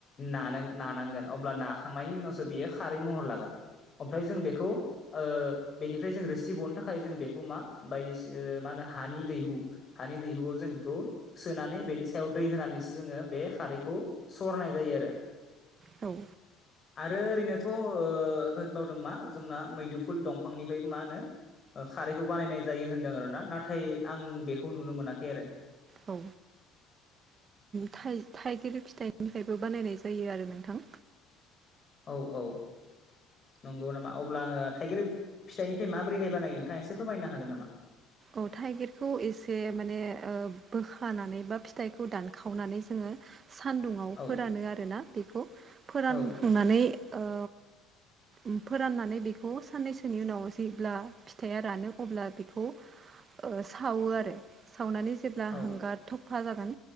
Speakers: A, on the left; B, on the right.
A: नान नानांगोन अब्ला नाखांनायनि उनावसो बियो खारै महर लागोन ओमफ्राय जों बेखौ ओ बेनिफ्राय जों रोसि बहननो थाखाय जों बेखौ मा बायदिसिना मा होनो हानि दैहु हानि दैहुआव जों बेखौ सोनानै बेनि सायाव दै होनानैसो जोङो बे खारैखौ सरनाय जायो आरो।
B: औ
A: <inaudible> आरो ओरैनोथ' ओ होनबावदों मा जोंना मैदुफुल दंफांनिफ्रायबो मा होनो ओ खारैखौ बानायनाय जायो होनदों आर ना नाथाय आं बेखौ नुनो मोनाखै आरो।
B: औ थाइ थाइगिर फिथाइनिफ्रायबो बानायनाय जायो आरो नोंथां।
A: औ औ नंगौ नामा। अब्ला आङो थाइगेर फिथाइनिफ्राय माबोरैहाय बानायो नोंथाङा एसे फोरमायनो हागोन नामा?
B: औ थाइगिरखौ एसे माने ओ बोखानानै बा फिथाइखौ दानखावनानै जोङो सानदुङाव
A: औ
B: फोरानो आरोना बेखौ फोरानखांनानै
A: औ
B: ओ उम‌ फोराननानै बेखौ साननैसोनि उनाव जेब्ला फिथाइया रानो अब्ला बेखौ ओ सावो आरो सावनानै जेब्ला
A: औ
B: हांगार थफा जागोन